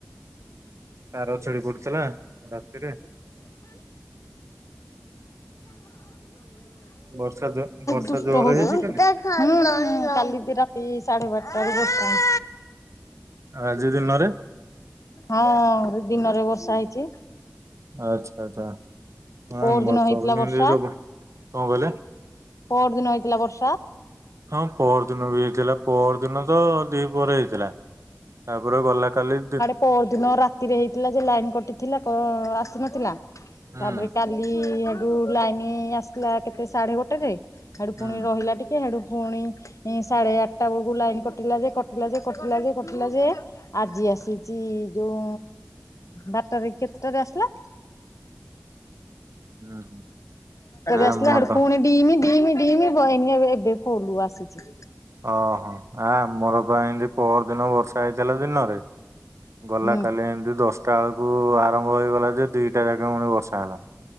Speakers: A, on the right; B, on the left.
A: ତାର ଛାଡି ପଡୁଥିଲା ରାତିରେ ବର୍ଷା ଜୋ ବର୍ଷା
B: ଦୁଷ୍ଟ
A: ଜୋରରେ
B: ହେଉଛୁ
A: ହେଇଛି
B: ହଁ
A: କାଲି
B: କାଲି ରାତି ସାଢେ ବାରଟାରୁ ବସ
A: ଆଜି ଦିନରେ
B: ହଁ ଦିନରେ ବର୍ଷା ହେଇଛି
A: ଆଚ୍ଛା ଆଚ୍ଛା ହ
B: ପଅର ଦିନ ହେଇଥିଲା
A: <unintelligible>
B: ବର୍ଷା
A: କଣ କହିଲେ
B: ପର ଦିନ ହେଇଥିଲା ବର୍ଷା
A: ହଁ ପର ଦିନ ବି ହେଇଥିଲା ପର ଦିନ ତ ଦି ପରେ ହେଇଥିଲା ତାପରେ ଗଲା କାଲି
B: ପ ଦିନ ରାତିରେ ହେଇଥିଲା ଯେ ଲାଇନ କଟିଥିଲା କ ଆସିନଥିଲା
A: ହୁଁ
B: ତାପରେ କାଲି ଠୁ ଲାଇନ ଆସିଲା କେତେ ସାଢେ ଗୋଟେ ଯ ହଡୁ
A: ହୁଁ
B: ପୁଣି ରହିଲା ଟିକେ ହଡୁ ପୁଣି ସାଢେ ଆଠଟା ବେଳକୁ ଲାଇନ କଟିଲା ଯେ କଟିଲା ଯେ କଟିଲା ଯେ କଟିଲା ଯେ ଆଜି ଆସିଛି ଯୋଉ ବାରଟାରେ କେତେଟାରେ ଆସିଲା
A: ହୁଁ ହୁଁ। ଆମର
B: ଆସିଲା ପୁଣି ଡିମି ଡିମି ଡିମି ବହିନି ଏ ଏବେ ଫୋଲୁ ଆସିଛି
A: ଓହୋ ଆ ଆମର ପାଇଁ ଏମତି ପରର ଦିନ ବର୍ଷା ହେଇଥିଲା ଦିନରେ ଗଲା
B: ହୁଁ
A: କାଲି ଏମିତି ଦଶଟା ବେଳକୁ ଆରମ୍ଭ ହେଇଗଲା ଯେ ଦିଟା ଯାକା ପୁଣି ବସା ହେଲା